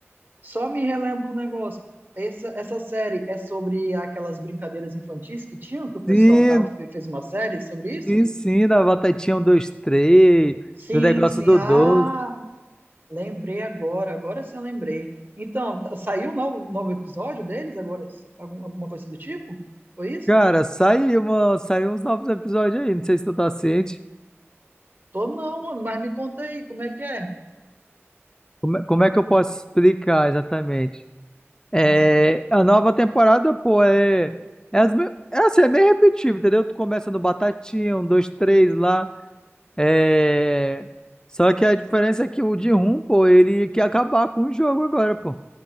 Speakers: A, on the right; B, on the left.
A: só me relembra um negócio. Essa, essa série é sobre aquelas brincadeiras infantis que tinham, que o pessoal
B: Sim,
A: tava, fe- fez uma série sobre isso?
B: Sim, sim, da batatinha um 2 três
A: Sim,
B: do negócio
A: sim.
B: do
A: Ah,
B: 12.
A: Lembrei agora, agora sim eu lembrei. Então, tá- saiu um novo, novo episódio deles agora? s- Algum- alguma coisa do tipo? Foi isso?
B: Cara, saiu, uma, saiu uns novos episódios aí, não sei se tu tá ciente.
A: Tô não, mano, mas me conta aí, como é que é?
B: Como, é- como é que eu posso explicar exatamente? É,
A: Ah,
B: a nova temporada, pô, é, é, as, me- é assim, é meio repetitivo, entendeu? Tu começa no batatinha, um 2 3 lá. É, só que a diferença é que o de rum, pô, ele quer acabar com o jogo agora, pô.